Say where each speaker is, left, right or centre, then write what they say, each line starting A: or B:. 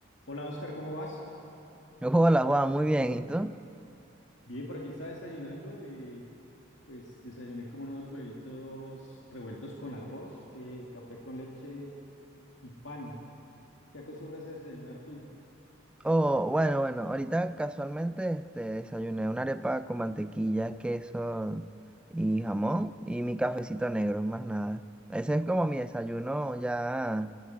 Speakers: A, on the left (about 65°); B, in the centre.
A: Hola Oscar, ¿cómo vas?
B: yo juego Hola Juan, muy bien. ¿Y tú?
A: Bien, por aquí estaba desayunando. eh, pues desayuné como unos huevitos revueltos con arroz, eh, café con leche y pan. ¿Qué acostumbras a desayunar tú?
B: Oh, bueno, bueno, ahorita casualmente este, desayuné una arepa con mantequilla, queso y jamón y mi cafecito negro, más nada. Ese es como mi desayuno ya